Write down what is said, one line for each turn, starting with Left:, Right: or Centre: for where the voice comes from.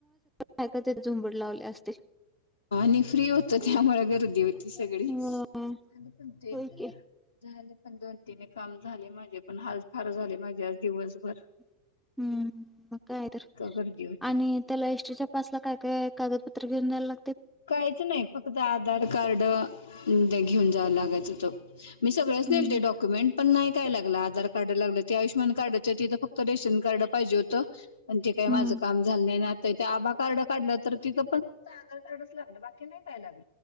Centre: काय का ते झुंबड लावले असते.
Left: आणि फ्री होत
Centre: हो
Left: त्यामुळे गर्दी होती सगळी, झालं पण ते
Centre: होय की.
Left: झालं पण दोनतीने काम झाले माझे पण हाल फार झाले माझे आज दिवस भर
Centre: हम्म मग काय तर
Left: गर्दी होती.
Centre: आणि त्याला एषटीच्या पासला काय काय? कागदपत्रला घेऊन यायला
Left: काहीच नाही फक्त आधार कार्ड घेऊन जावं लागायचं त मी सगळंच
Centre: हम्म.
Left: नेल ते डॉक्युमेंट पण नाय काय लागलं आधार कार्ड लागलं ते आयुषमान कार्डच्या तिथंत फ रेशन कार्ड पाहिजे हो त पण ते काही माझं
Centre: हम्म
Left: काम झालं नाहीय ना, आ आभा कार्ड काढलं तर तिथं पण फक्त आधार कार्ड ह <unintelligible> बाकी नाही काय लाग